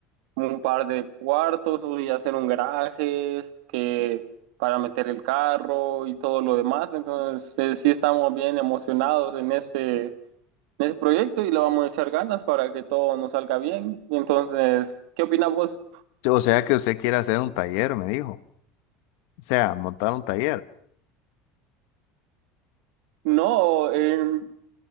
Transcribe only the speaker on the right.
un par de cuartos y hacer un garaje que para meter el carro y todo lo demás. Entonces, eh, sí estamos bien emocionados en ese, en ese proyecto y le vamos a echar ganas para que todo nos salga bien. Entonces, ¿qué opinas vos?
No, eh,